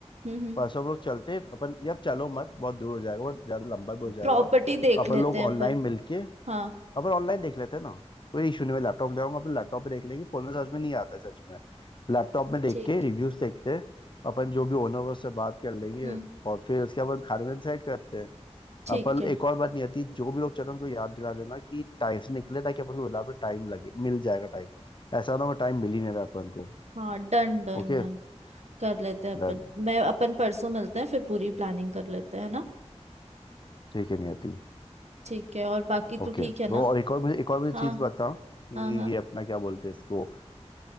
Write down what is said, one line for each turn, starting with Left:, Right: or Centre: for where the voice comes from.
Right: हम्म
Left: परसों हम लोग चलते हैं अपन यार चलो मत बहुत दूर हो जाएगा बहुत ज्यादा लंबा भी हो जाएगा
Right: प्रॉपर्टी देख
Left: अपन
Right: लेते
Left: लोग
Right: हैं
Left: ऑनलाइन
Right: पर
Left: मिलके
Right: हाँ
Left: अपन ऑनलाइन देख लेते हैं ना कोई इशू नहीं मैं लैपटॉप ले आऊंगा अपन लैपटॉप पे देख लेंगे फोन में समझ में नहीं आता है सच में लैपटॉप में देख
Right: ठीक
Left: के रिव्यूज देखते हैं अपन जो भी ओनर उससे बात कर लेंगे
Right: हम्म
Left: और फिर उसके बाद अपन खाने में डिसाइड करते हैं
Right: ठीक
Left: अ, पर
Right: है
Left: एक और बात नहीं आती जो भी लोग चल रहे हैं उनको याद दिला देना कि टाइम से निकले ताकि अपन को बराबर टाइम लगे मिल जाएगा टाइम ऐसा ना हो टाइम मिल ही नहीं रहा अपन को
Right: हाँ डन डन
Left: Okay
Right: डन कर लेते हैं अपन
Left: done
Right: मैं अपन परसों मिलते हैं फिर पूरी प्लानिंग कर लेते हैं ना
Left: ठीक है नहीं आती
Right: ठीक है और बाकी
Left: ओके
Right: तू ठीक है
Left: वो
Right: ना
Left: और एक और मुझे एक और मुझे
Right: हाँ
Left: चीज बता कि
Right: हाँ हाँ
Left: ये अपना क्या बोलते हैं इसको अ,